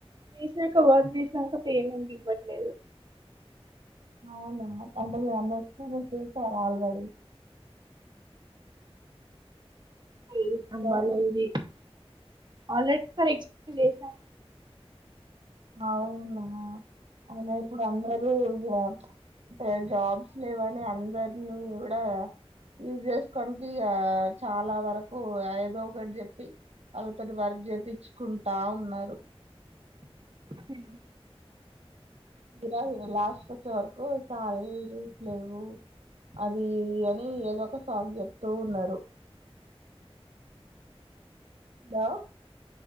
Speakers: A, on the right (about 45°); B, on the right (about 85°).
A: చేసినాక వర్క్ చేసినాక పేమెంట్ ఇవ్వట్లేదు
B: అవునా అంటె మీరు అన్నీ ఎక్స్పీరియన్స్ చేసారు ఆల్రెడీ
A: <unintelligible>
B: హలో
A: ఆల్రెడీ ఎక్స్పీరియన్స్ చేసా
B: అవునా అయినా ఇప్పుడు అందరూ ఇక అంటే జాబ్స్ లేవని అందరినీ కూడా యూస్ చేసుకోడానికి ఇక చాలా వరకు ఏదో ఒకటి చెప్పి ఆళ్ళతోటి వర్క్ చేపిచ్చుకుంటా ఉన్నారు
A: హలో
B: ఇరా ఇలా లాస్ట్ కి వచ్చే వరకు శాలరీస్ లేవు అది అని ఏదో ఒక సాకు చెప్తూ ఉన్నారు హలో